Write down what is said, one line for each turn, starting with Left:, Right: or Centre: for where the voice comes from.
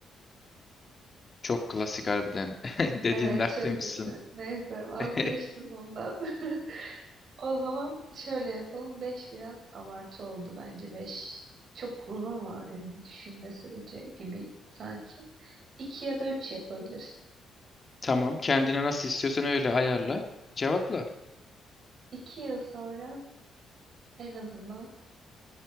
Left: Çok klasik harbiden <laughs> dediğinde
Right: Evet
Left: haklıymışsın.
Right: çok kötü. Neyse vazgeçtim
Left: <laughs>
Right: bundan. <laughs> O zaman şöyle yapalım. Beş biraz abartı oldu bence. Beş çok uzun vadeli bir düşünme süreci gibi sanki. İki ya da üç yapabiliriz.
Left: Tamam kendine nasıl istiyorsan öyle ayarla. Cevapla.
Right: İki yıl sonra en azından